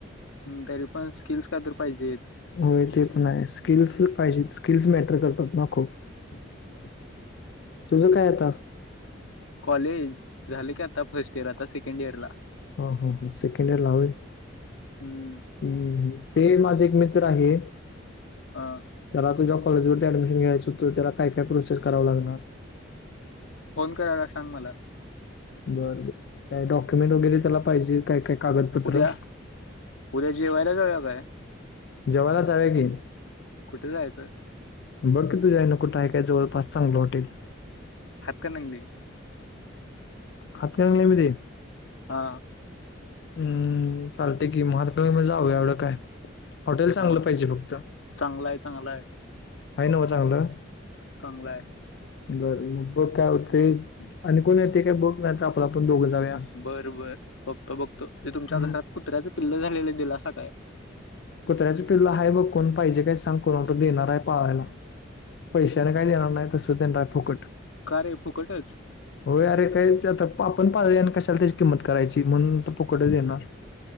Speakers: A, on the left (about 85°); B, on the left (about 55°).
A: हं तरी पण स्किल्स काय तर पाहिजेत.
B: होय ते पण आहे स्किल्स पाहिजेत स्किल्स मॅटर करतात ना खूप
A: हम्म हम्म
B: तुझं काय आता?
A: कॉलेज झाल की आता फर्स्ट इयर आता सेकंड इयर ला.
B: हं हं हं सेकेंड इयरला होय.
A: हम्म.
B: हम् ते माझ एक मित्र आहे.
A: हा
B: त्याला तुझ्या कॉलेजवरती ऍडमिशन घ्यायच होत तर त्याला काय काय प्रोसेस करावं लागणार?
A: फोन करायला सांग मला.
B: बर बर ठीक आहे डॉक्युमेंट वगैरे त्याला पाहिजे काय काय कागदपत्र
A: उद्या उद्या जेवायला जाऊया काय
B: जवायला जाऊया की
A: कुठे जायचं
B: बघ की तुझ्या हयान कुठं आहे काय जवळपास चांगलं हॉटेल
A: हायत काय नंगली
B: <unintelligible>
A: हा.
B: हम् चालते की महातका म जावूया एवढं काय हॉटेल चांगलं
A: हा
B: पाहिजे फक्त
A: चांगला आहे चांगला आहे
B: आहे न्हवं चांगलं
A: चांगलय.
B: बरं मग बघ काय होते आणि कोण येते काय बघ नाय त आपला पण दोघं जाऊया.
A: बरं बर बघतो बघतो ते तुमच्या
B: हम्म
A: घरात कुत्र्याचं पिल्ल झालेलं दिलासा काय?
B: कुत्र्याच पिल्ल हाय बघ कोन पाहिजे काय सांग कोणालातरी देणार आहे पाळायला. पैशाने काय देणार नाय तसच देणार हाय फुकट.
A: का रे फुकटच
B: हो अरे काही आता आपण पाळलय आणि कशाला त्याची किंमत करायची म्हणून तो फुकटच देणार.